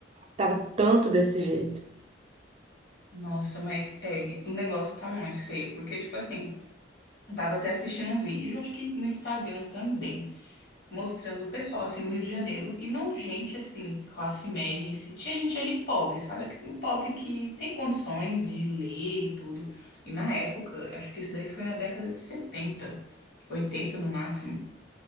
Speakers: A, on the right; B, on the left.
A: tava tanto desse jeito.
B: Nossa, mas é, o negócio tá muito feio, porque, tipo assim, eu tava até assistindo um vídeo, acho que no Instagram também mostrando o pessoal assim no Rio de Janeiro e não gente assim, classe média em si. Tinha gente ali pobre, sabe? Aquele Pobre que tem condições de ler e tudo. E na época, acho que isso daí foi na década de setenta 80 no máximo.